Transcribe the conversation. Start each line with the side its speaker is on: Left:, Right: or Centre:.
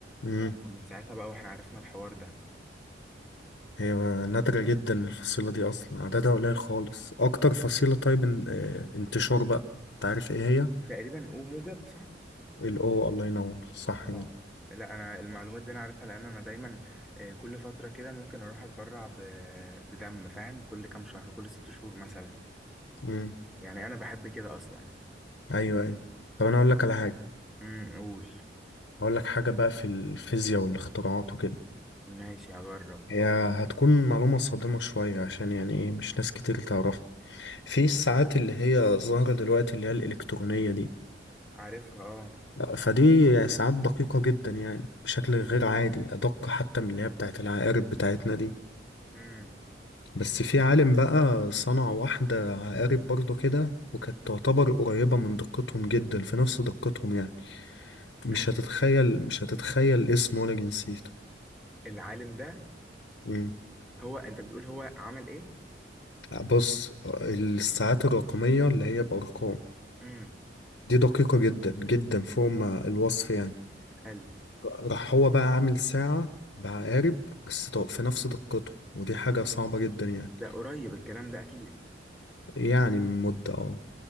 Left: ينور
Centre: فمن ساعتها بقى واحنا عرفنا الحوار ده
Left: هي نادرة جدا الفصيلة دي أصلا عددها قليل خالص أكتر فصيلة طيب ان- آه، انتشار بقى أنت عارف إيه هي؟
Centre: تقريبا او موجب صح؟
Left: الأو الله ينور صح كده
Centre: اه لا انا المعلومات دي انا عارفها لان انا دايما آه، كل فترة كده ممكن اروح اتبرع ب... بدم فاهم كل كام شهر كل ست شهور مثلا
Left: مم.
Centre: يعني انا بحب كده اصلا
Left: أيوه أيوه طب أنا أقول لك على حاجة
Centre: امم قول
Left: هقول لك حاجة بقى في الفيزياء والاختراعات وكده
Centre: ماشي هجرب
Left: هي هتكون معلومة صادمة شوية عشان يعني إيه مش ناس كتير تعرفها في الساعات اللي هي ظاهرة دلوقتي اللي هي الإلكترونية دي
Centre: عارفها اه
Left: فدي يعني ساعات دقيقة جدا يعني بشكل غير عادي أدق حتى من اللي هي بتاعت العقارب بتاعتنا دي
Centre: امم
Left: بس في عالم بقى صنع واحدة عقارب برضو كده وكانت تعتبر قريبة من دقتهم جدا في نفس دقتهم يعني مش
Centre: امم
Left: هتتخيل مش هتتخيل اسمه ولا جنسيته
Centre: العالم ده
Left: مم.
Centre: هو انت بتقول هو عمل ايه؟
Left: بص الساعات الرقمية اللي هي بأرقام
Centre: مم.
Left: دي دقيقة جدا جدا فوق ما الوصف يعني
Centre: حلو
Left: راح هو بقى عامل ساعة بعقارب بس ط- في نفس دقته ودي حاجة صعبة جدا يعني
Centre: ده قريب الكلام ده اكيد
Left: يعني من مدة اه